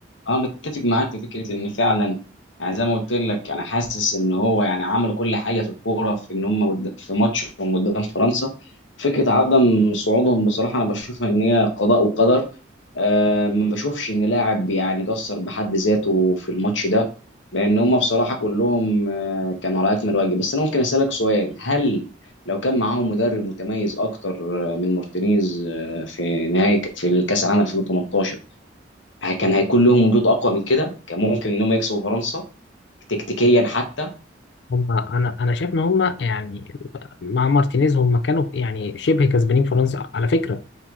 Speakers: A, on the left (about 75°); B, on the left (about 60°).
A: اه متفق معاك في فكره ان فعلا يعني زي ما قلت لك انا حاسس ان هو يعني عملوا كل حاجه في الكوره في ان هم قد- في ماتشهم قدام فرنسا فكره عدم صعودهم بصراحه انا بشوفها ان هي قضاء وقدر آه، ما بشوفش ان لاعب يعني قصر بحد ذاته في الماتش ده لان هم بصراحه كلهم آه، كانوا على اكمل وجه بس انا ممكن اسالك سؤال هل لو كان معاهم مدرب متميز اكتر آه، من مارتينيز آه، في نهايه في الكاس العالم 2018 آه، كان هيكون لهم وجود اقوى من كده كان ممكن ان هم يكسبوا فرنسا تكتيكيا حتى
B: هم انا انا شايف ان هم يعني مع مارتينيز هم كانوا يعني شبه كسبانين فرنسا على فكرة